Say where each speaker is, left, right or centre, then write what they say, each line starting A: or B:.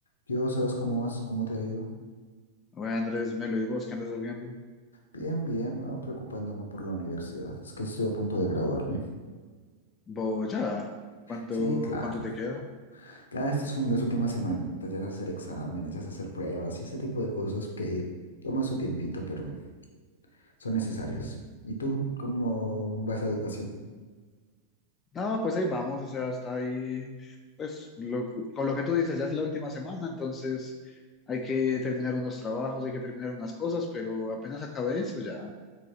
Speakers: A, on the left (about 70°); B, on the left (about 25°).
A: Yo, ¿sabes cómo vas? ¿Cómo te ha ido?
B: Bueno, Andrés, Melo, ¿y vos qué andas haciendo?
A: Bien, bien, no preocupándome por la universidad. Es que estoy a punto de graduarme.
B: Vos ya, ¿cuánto,
A: Sí, claro.
B: cuánto te queda?
A: Ya estas son las últimas semanitas, ya es hacer exámenes, ya es hacer pruebas y ese tipo de cosas que toman su tiempito, pero son necesarias. ¿Y tú, cómo vas a educación?
B: No, pues ahí vamos, o sea, está ahí, pues lo- con lo que tú dices, ya es la última semana, entonces hay que terminar unos trabajos, hay que terminar unas cosas, pero apenas acabé eso ya,